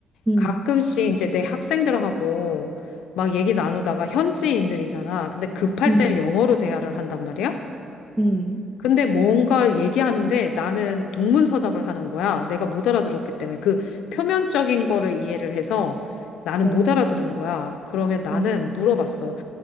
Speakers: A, on the right; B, on the left.
A: 음,
B: 가끔씩 이제 내 학생들하고 막 얘기 나누다가 현지인들이잖아. 근데 급할
A: 음,
B: 때는 영어로 대화를 한단 말이야.
A: 음,
B: 근데 뭔가 얘기하는데 나는 동문서답을 하는 거야. 내가 못 알아들었기 때문에 그 표면적인 거를 이해를 해서 나는
A: 어,
B: 못 알아들은 거야. 그러면 나는
A: 어,
B: 물어봤어.